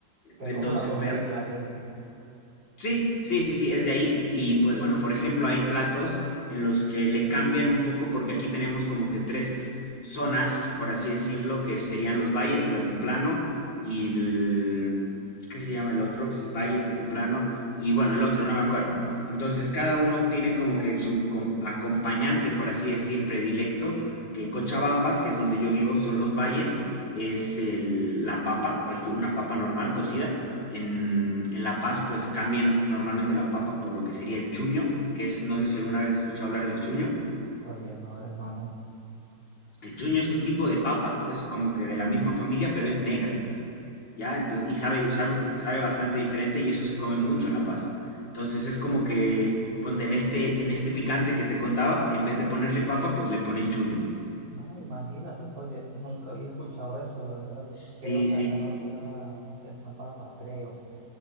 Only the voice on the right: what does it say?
que es
como la comida
original de allí.
Oye, no, hermano.
Ujú.
Ah, imagínate, oye, nunca había escuchado eso, la verdad.
Creo que
acá no se da esa papa, creo.